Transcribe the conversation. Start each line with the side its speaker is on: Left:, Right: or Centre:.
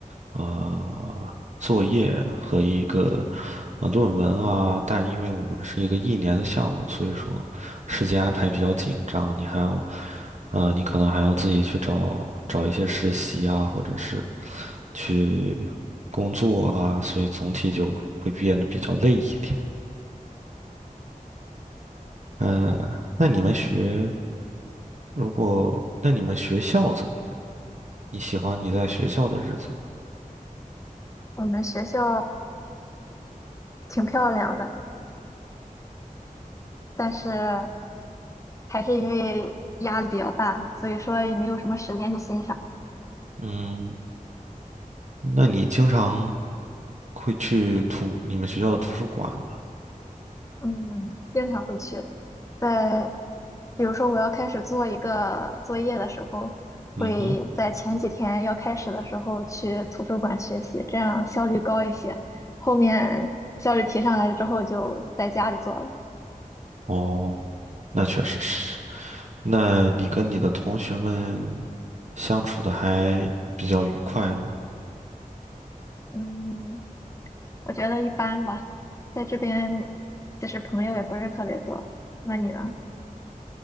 Right: 啊、作业和一个啊、论文啊，但因为我们是一个一年的项目，所以说时间安排比较紧张，你还要呃，你可能还要自己去找找一些实习啊，或者是去啊，所以总体就会变得比较累一点。嗯、那你们学，如果那你们学校怎么样？你喜欢你在学校的日子吗
Left: 我们学校挺漂亮的，但是还是因为压力比较大，所以说也没有什么时间去欣赏。
Right: 嗯，那你经常会去图你们学校的图书馆吗？
Left: 嗯，经常会去。在比如说我要开始做一个作业的时候，会在前几天要开始的时候去图书馆学习，
Right: 嗯哼，
Left: 这样效率高一些。后面效率提上来了之后，就在家里做了。
Right: 哦，那确实是。那你跟你的同学们相处的还比较愉快吗？
Left: 嗯，我觉得一般吧，在这边就是朋友也不是特别多。那你呢？